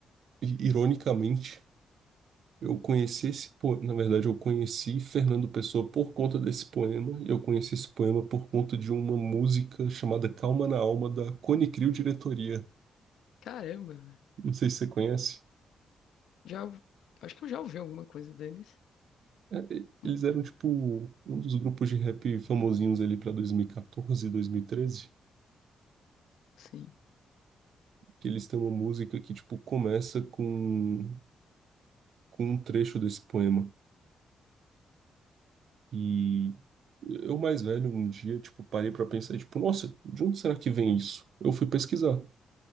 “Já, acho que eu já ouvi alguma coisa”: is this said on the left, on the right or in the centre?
Left